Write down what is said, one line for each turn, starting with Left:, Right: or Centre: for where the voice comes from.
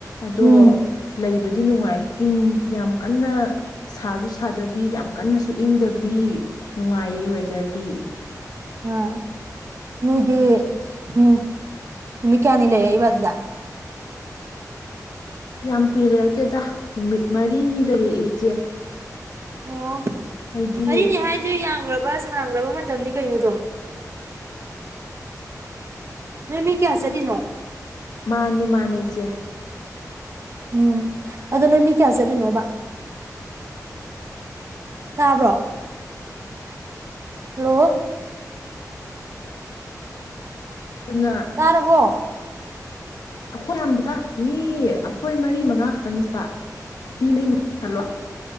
Left: ꯑꯗꯣ
Right: ꯎꯝ
Left: ꯂꯩꯕꯗꯤ ꯗꯤ ꯅꯨꯡꯉꯥꯏꯪ ꯌꯥꯝ ꯀꯟꯅ ꯁꯥꯁꯨ ꯁꯥꯗꯕꯤ ꯌꯥꯝ ꯀꯟꯅꯁꯨ ꯏꯪꯗꯕꯤ ꯅꯨꯡꯉꯥꯏꯌꯦ ꯋꯦꯗꯔꯗꯤ꯫
Right: ꯎꯝ, ꯅꯣꯏꯗꯤ ꯎꯝ ꯅꯨꯃꯤꯠ ꯀꯌꯥꯅꯤ ꯂꯩꯔꯛꯏꯕꯥ ꯑꯗꯨꯗ
Left: ꯌꯥꯝ ꯀꯨꯏꯅ ꯂꯩꯔꯛꯇꯦꯗ, ꯅꯨꯃꯤꯠ ꯃꯔꯤꯅꯤ ꯂꯩꯔꯛꯑꯦ ꯏꯆꯦ꯫
Right: ꯑꯣ
Left: ꯍꯥꯏꯗꯤ
Right: ꯃꯔꯤꯅꯦ ꯍꯥꯏꯗꯨ ꯌꯥꯝꯈ꯭ꯔꯕ ꯁꯥꯡꯈ꯭ꯔꯕ ꯃꯇꯝꯅꯤ ꯀꯩꯅꯣ ꯑꯗꯨꯝ ꯅꯣꯏ ꯃꯤ ꯀꯌꯥ ꯆꯠꯂꯤ ꯅꯣ
Left: ꯃꯥꯅꯤ ꯃꯥꯅꯤ ꯏꯆꯦ
Right: ꯎꯝ, ꯑꯗꯣ ꯅꯣꯏ ꯃꯤ ꯀꯌꯥ ꯆꯠꯂꯤꯅꯣꯕ? ꯇꯥꯕ꯭ꯔꯣ? ꯍꯂꯣ
Left: ꯑꯗꯨꯅ
Right: ꯇꯥꯔꯕ꯭ꯔꯣ?
Left: ꯑꯩꯈꯣꯏ ꯌꯥꯝꯗꯦꯗ ꯃꯤ ꯑꯩꯈꯣꯏ ꯃꯔꯤ ꯃꯉꯥ ꯈꯛꯇꯪ ꯆꯠꯄ ꯅꯨꯄꯤ ꯃꯔꯤ ꯍꯂꯣ